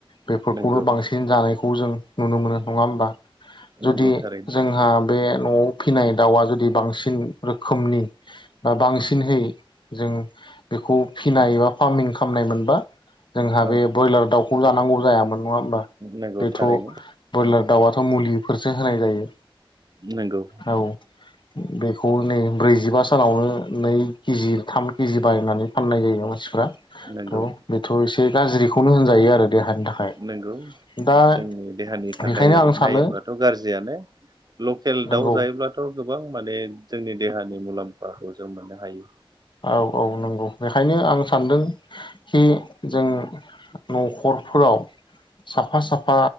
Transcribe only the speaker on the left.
बेफोरखौनो
बांसिन जानायखौ जों नुनो मोनो नङा होमबा जुदि
जोंहा बे न'वाव फिनाय दाउवा जुदि बांसिन रोखोमनि बा बांसिनहै जों बेखौ फिनाय बा फार्मिं खालामामनाय मोनबा जोंहा
बे बयलार दाउखौ जानांगौ जायामोन नङा होमबा
बेथ'
बयलार दाउआथ' मुलिफोरसो होनाय जायो।
औ। बेखौ नै ब्रैजिबा सानावनो नै केजि थाम केजि बायनानै फाननाय जायो मानसिफ्रा
थ' बेथ' एसे गाज्रिखौनो होनजायो आरो देहानि थाखाय
दा
बेखायनो आं सानो
नंगौ
औ औ नंगौ बेखायनो आं सानदों खि जों न'खरफोराव साफा साफा